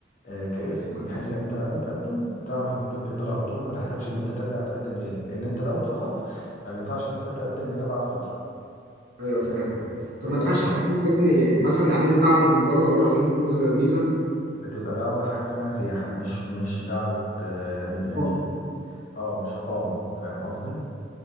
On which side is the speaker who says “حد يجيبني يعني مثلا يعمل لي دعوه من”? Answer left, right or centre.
Right